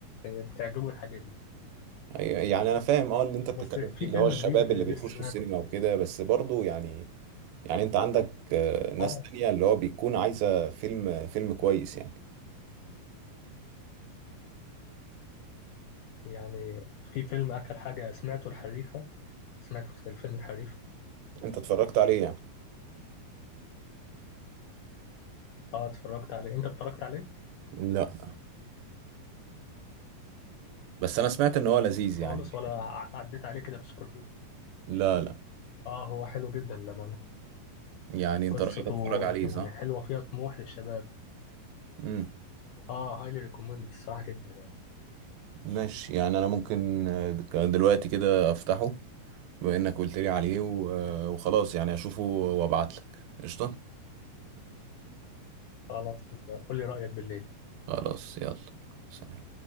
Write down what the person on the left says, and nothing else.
بتعجبه الحاجة دي
بس في
فيلم
جديد
آه،
لسه
نازل
اه
يعني في فيلم آخر حاجة سمعته الحريفة سمعت الفيلم الحريفة
اه اتفرجت عليه انت اتفرجت عليه
خالص
ولا ع- عديت عليه كده بسكرول
اه هو حلو جدا للأمانة
قصته
يعني حلوة فيها طموح للشباب
اه هايلي ريكومندد الصراحة جدا يعني
خلاص يبقى قول لي رأيك بالليل